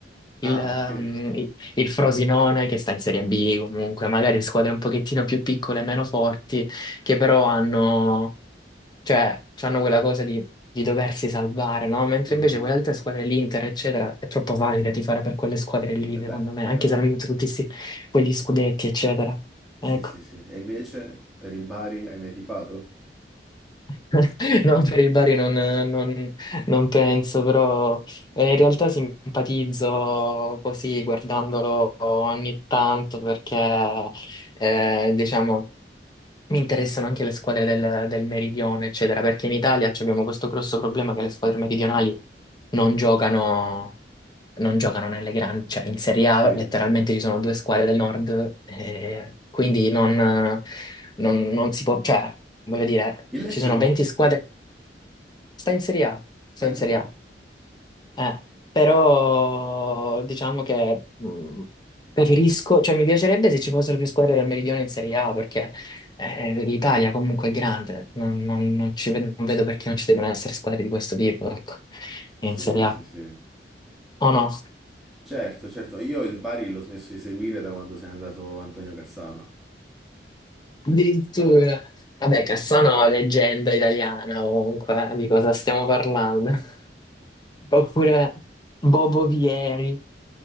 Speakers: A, on the left; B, in the centre.
A: il,
B: Ah,
A: ehm,
B: ok.
A: il- il Frosinone che sta in Serie B comunque, magari squadre un pochettino più piccole, meno forti, che però hanno, cioè, hanno quella cosa di, di doversi salvare, no? Mentre
B: Mhm.
A: invece quelle altre squadre, l'Inter, eccetera, è troppo valida di fare per quelle squadre lì,
B: E
A: secondo
B: beh,
A: me,
B: e
A: anche
B: beh,
A: se hanno vinto tutti sti- quegli scudetti, eccetera.
B: sì,
A: Ecco.
B: sì, sì. E invece, per il Bari, hai mai tifato?
A: <laughs> No, per il Bari non, non- non penso, però eh, in realtà simpatizzo così guardandolo ogni tanto perché eh, diciamo mi interessano anche le squadre del, del meridione, eccetera, perché in Italia ci abbiamo questo grosso problema che le squadre meridionali non giocano, non giocano nelle grandi, cioè in Serie A
B: Sì.
A: letteralmente ci sono due squadre del nord, eh, quindi non non- non si può, cioè voglio dire,
B: Il Lecce,
A: ci sono
B: mo?
A: 20 squadre. Sta in Serie A, sta
B: Eh,
A: in Serie
B: ok.
A: A. Eh, però diciamo che mh, preferisco, cioè mi piacerebbe se ci fossero più squadre del Meridione in Serie A perché eh, l'Italia comunque è grande, non, non- non ci ved- non vedo, perché non ci debbano essere squadre di questo tipo, ecco,
B: Sì,
A: in Serie A.
B: sì, sì.
A: O no?
B: Certo, certo. Io il Bari l'ho smesso di seguire da quando se n'è andato Antonio Cassano.
A: Addirittura. Vabbè, Cassano è leggenda italiana comunque, eh, di cosa stiamo parlando? <laughs> Oppure Bobo Vieri,